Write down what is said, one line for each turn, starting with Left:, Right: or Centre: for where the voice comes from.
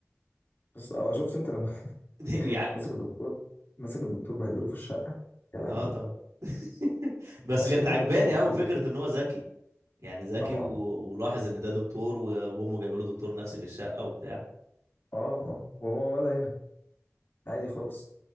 Left: بس اه شفت انت لما
Right: <laughs>
Left: <laughs>
Right: يعني
Left: مسك الدكتور مسك الدكتور بهدله في الشقه يا لهوي
Right: اه طبعا <laughs> بس
Left: عشان
Right: كانت
Left: انت
Right: عجباني
Left: دكتور مبسوط
Right: قوي فكره ان هو ذكي يعني ذكي
Left: طبعا
Right: و... ولاحظ ان ده دكتور و... وامه جايبه له دكتور نفسي في الشقه وبتاع
Left: اه اه وهو ولا هنا عادي خالص